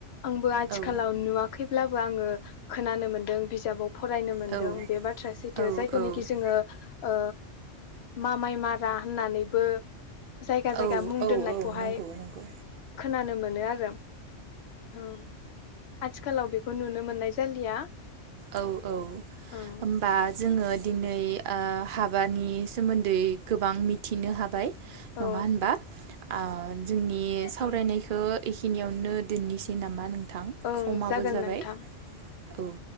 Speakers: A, on the left; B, on the right.
A: आंबो आथिखालाव
B: औ
A: नुवाखैब्ला बो आङो खोनानो मोनदों बिजाबाव फरायनो मोनदों
B: औ
A: बे बाथ्राया सैथो
B: औ
A: जायखौनोखि
B: औ
A: जोङो ओ मामाइ मारा होननानैबो जायगा जायगा
B: औ
A: मुं
B: औ
A: दोननायखौहाय
B: औ नंगौ नंगौ
A: खोनानो मोन नो आरो औ आथिखालाव बे खौ नुनो मोननाय जालिया।
B: औ औ
A: ओं
B: होमबा जोङो दिनै ओ हाबानि सोमोन्दै गोबां मिथिनो हाबाय।
A: औ
B: नङा होनबा? आ जोंनि सावरायनायखो
A: ओं
B: बेखिनियावनो दोननिसै नामा नों थां?
A: ओं
B: समाबो
A: जागोन
B: जाबाय
A: नोंथां
B: औ